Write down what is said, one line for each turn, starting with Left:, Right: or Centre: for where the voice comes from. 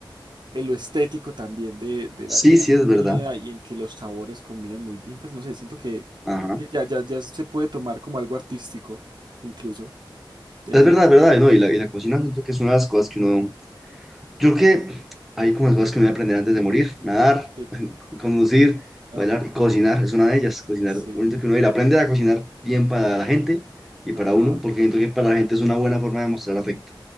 Right: en lo estético también de, de
Centre: Sí,
Right: la, de la
Centre: sí,
Right: comida
Centre: es verdad.
Right: y en que los sabores combinen muy bien, pues no sé, siento que
Centre: Ajá.
Right: que ya, ya, ya se puede tomar como algo artístico, incluso. Ese,
Centre: Es verdad, es verdad, ¿no? Y la, y la cocina siento que es una de las cosas que uno... Yo creo que hay como las cosas que uno debe aprender antes de morir. Nadar,
Right: sí.
Centre: <laughs> conducir,
Right: Ajá.
Centre: bailar y cocinar. Es una de ellas. Cocinar,
Right: Sí.
Centre: uno siento que uno debe aprender a cocinar bien para la gente y para
Right: Ajá.
Centre: uno, porque siento que para la gente es una buena forma de mostrar afecto.